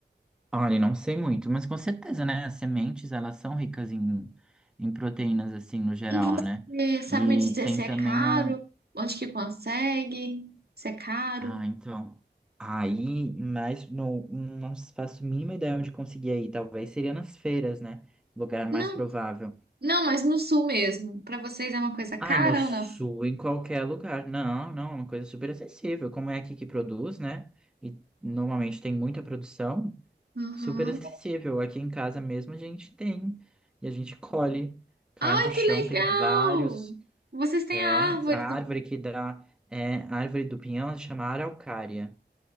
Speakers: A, in the centre; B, on the right.
A: Olha, não sei muito, mas com certeza, né? As sementes, elas são ricas em, em proteínas, assim, no geral,
B: E você
A: né?
B: sabe
A: E
B: me dizer
A: tem
B: se é
A: também
B: caro?
A: a...
B: Onde que consegue? Se é caro?
A: Ah, então... Aí, mas não, não faço a mínima ideia onde conseguir aí. Talvez seria nas feiras, né? Lugar
B: Não,
A: mais provável.
B: não, mas no sul mesmo. Pra vocês é uma coisa cara
A: Ah, no sul,
B: ou não?
A: em qualquer lugar. Não, não, é uma coisa super acessível. Como é aqui que produz, né? E normalmente tem muita produção.
B: Uhum.
A: super acessível. Aqui em casa mesmo a gente tem. E a gente colhe, cai
B: Ai,
A: no chão,
B: que legal!
A: tem vários.
B: Vocês têm
A: É,
B: a árvore
A: a árvore
B: do
A: que dá. É, a árvore do pinhão se chama araucária.